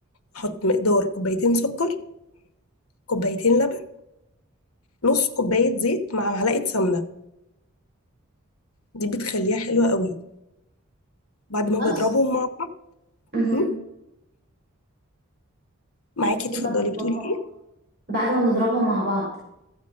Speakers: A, on the left (about 85°); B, on the right (about 40°).
A: احط مقدار كوبايتين سكر كوبايتين لبن نص كوبايه زيت مع معلقه سمنه دي بتخليها حلوه قوي بعد ما
B: بس
A: بضربهم مع بعض
B: مهم.
A: م? معاكي
B: بعد
A: اتفضلي
B: ما بنضربها
A: بتقولي ايه
B: بعد ما بنضربهم مع بعض